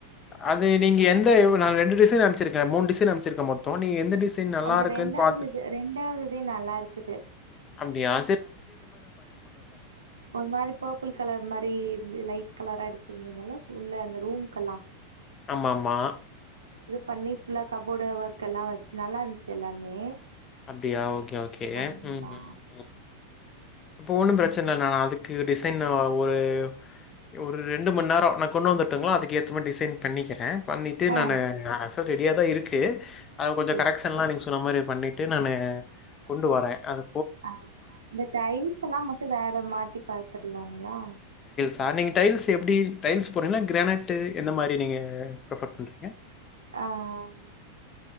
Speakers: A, on the left (about 25°); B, on the right (about 75°).
A: அது நீங்க எந்த நா ரெண்டு டீசைன் அனுப்சிருக்க மூணு டிசைன் அனுப்சிருக்க மொத்தோ நீ எந்த டிசைன் நல்லா
B: அந்த
A: இருக்குன்னு
B: ரெண்டாவது
A: பார்த்துட்டு
B: இது ரெண்டாவதுஇது நல்லா இருக்குது
A: அப்படியா
B: ஒரு மாரி பர்ப்பிள் கலர் மாரி லைட் கலரா அடிச்சிருந்தீங்கல்ல உள்ள அந்த ரூம்கல்லா
A: ஆமாமா
B: பண்ணி ஃபுல்லா கபோர்டு ஒர்க் எல்லா வெ நல்லா இருந்ச்சு எல்லாமே
A: அப்படியா ஓகே ஓகே
B: ஆமா.
A: ம் ம் ம் அப்ப ஒண்ணும் பிரச்சன இல்ல நா அதுக் ஓகே டிசைன் ஒரு ஒரு ரெண்டு மண் நேரோ நா கொண்டு வந்துருட்டுங்களா அதுக்கு ஏத்த மாரி டிசைன் பண்ணிக்கிற பண்ணிட்டு
B: ஆ
A: நானு ஆல்சோ ரெடியாதா இருக்கு ஓகே அது கொஞ்சோ
B: சரி.
A: கரெக்சன் எல்லா நீங் சொ சொன்ன மாரி பண்ணிட்டு நா கொண்டுவார அது
B: ஆமா இந்த டைல்ஸ் ல்லா மட்டு வேற மாத்தி பாத்திர்லாங்ளா
A: சார் நீங்க டைல்ஸ் எப்படி டைல்ஸ் போடுறீங்கலா கிரானைட்டு எந்த மாரி நீங்க ப்ரிஃபர் பண்றீங்க
B: ஆஹ்